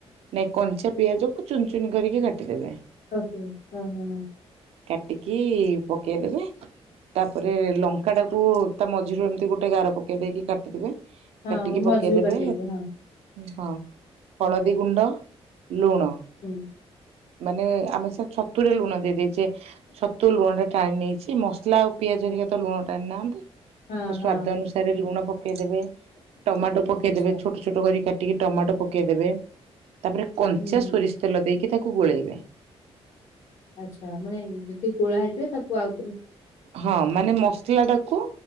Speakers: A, on the right; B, on the left.
A: ନାଇଁ କଞ୍ଚା ପିଆଜକୁ ଚୁନ ଚୁନ କରିକି କାଟିଦେବେ।
B: ଓକେ ହୁଁ ହଁ ହଁ।
A: କାଟିକି ପକେଇ ଦେବେ ତାପରେ ଲଙ୍କାଟାକୁ ତା ମଝିରୁ ଏମିତି ଗୋଟେ ଗାର ପକେଇ ଦେଇକି କାଟିଦେବେ।
B: ହଉ
A: କାଟିକି ପକେଇଦେବେ
B: ମଝିରୁ କାଟି ଦେଇକି ହଁ।
A: ହଁ।
B: ହୁଁ
A: ହଳଦୀ ଗୁଣ୍ଡ। ଲୁଣ।
B: ହୁଁ
A: ମାନେ ଆମେ ସେ ଛତୁରେ ଲୁଣ ଦେଇ ଦେଇଚେ। ଛତୁ ଲୁଅଣଟା ଟାଣି ନେଇଛି ମସଲା ଆଉ ପିଆଜ ଧରିକା ତ ଲୁଣ ଟାଣିନାହାନ୍ତି।
B: ହଁ
A: ତ ସ୍ଵାଦ
B: ହଁ
A: ଅନୁସାରେ ଲୁଣ ପକ ପକେଇଦେବେ ଟମାଟୋ ପକେଇଦେବେ।
B: ଆଚ୍ଛା
A: ଛୋଟ ଛୋଟ କର କାଟିକି ଟମାଟୋ ପକେଇଦେବେ। ତାପରେ କଞ୍ଚା
B: ହୁଁ ହୁଁ
A: ସୋରିଷ ତେଲ ଦେଇକି କି ତାକୁ ଗୋଳେଇବେ।
B: ଆଚ୍ଛା ମାନେ ଯଦକି ଗୋଳା ହେଇଥିବ ତାକୁ ଆଉ
A: ହଁ ମାନେ ମସଲା ଟା କୁ